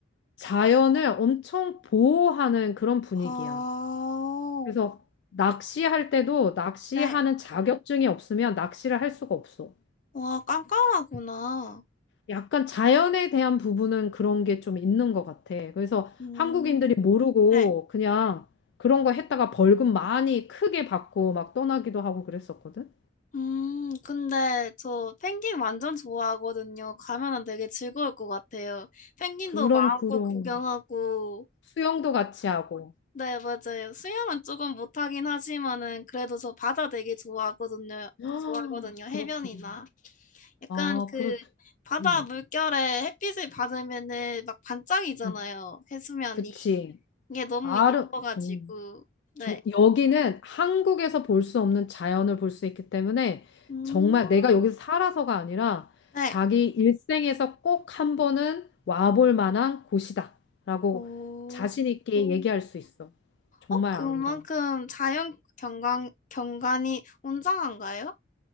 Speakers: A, on the left; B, on the left.
A: 자연을 엄청 보호하는 그런 분위기야.
B: 아,
A: 그래서 낚시할 때도 낚시하는
B: 네.
A: 자격증이 없으면 낚시를 할 수가 없어.
B: 와, 깜깜하구나.
A: 약간 자연에 대한 부분은 그런 게 좀 있는 것 같아. 그래서
B: 음,
A: 한국인들이 모르고
B: 네.
A: 그냥 그런 거 했다가 벌금 많이 크게 받고 막 떠나기도 하고 그랬었거든.
B: 음, 근데 저 펭귄 완전 좋아하거든요. 가면은 되게 즐거울 것 같아요. 펭귄도
A: 그럼
B: 마음껏
A: 그럼
B: 구경하고,
A: 수영도 같이 하고.
B: 네, 맞아요. 수영은 조금 못하긴 하지만은 그래도 저 바다 되게 좋아하거든요.
A: <gasps> 아,
B: 좋아하거든요.
A: 그렇구나.
B: 해변이나 약간
A: 아,
B: 그
A: 그렇.
B: 바다
A: 음,
B: 물결에 햇빛을 받으면은 막 반짝이잖아요.
A: 음.
B: 해수면이
A: 그치.
B: 이게 너무
A: 아름
B: 예뻐가지고
A: 정
B: 네.
A: 저- 여기는 한국에서 볼 수 없는 자연을 볼 수 있기 때문에
B: 음,
A: 정말 내가 여기서 살아서가 아니라
B: 네.
A: 자기 일생에서 꼭 한 번은 와볼 만한 곳이다라고
B: 오,
A: 자신 있게
B: 오.
A: 얘기할 수 있어. 정말
B: 어 그만큼
A: 아름다워.
B: 자연 경관 경관이 웅장한가요?